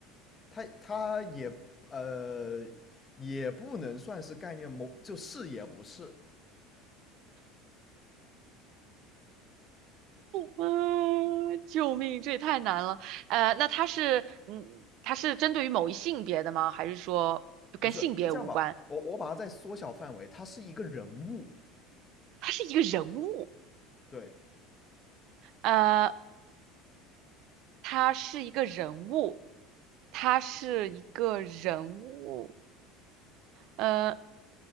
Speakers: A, on the left; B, on the right.
A: 它它也呃也不能算是概念，某就是也不是，
B: 嗯，救命，这也太难了。呃，那它是，嗯，它是针对于某一性别的吗？还是说跟性别无关？
A: 不是。那这样吧，我我把它再缩小范围，它是一个人物，
B: 它是一个人物。
A: 对，
B: 呃。他是一个人物，他是一个人物，呃，